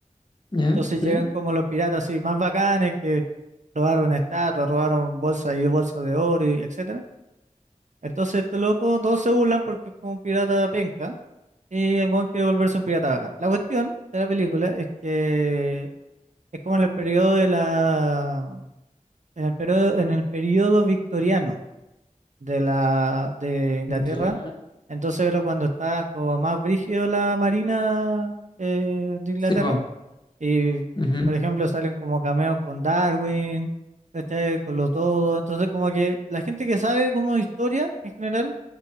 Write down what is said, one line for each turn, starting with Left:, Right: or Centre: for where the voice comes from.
Left: Ya,
Right: Entonces
Left: sí.
Right: llegan como los piratas así más bacanes que robaron estatuas, robaron bolsas y bolsas de oro, y etc. Entonces este loco, todos se burlan porque es como un pirata penca y el weón quiere volverse un pirata bacán. La cuestión de la película es que es como en el periodo de la en el periodo, en el periodo victoriano de la de Inglaterra.
Left: Ya,
Right: Entonces era cuando estaba como más brígido la marina eh, de Inglaterra.
Left: sí, po.
Right: Y
Left: Ujú.
Right: por ejemplo salen como cameos con Darwin, ¿cachai? con los todos. Entonces como que la gente que sabe como de historia en general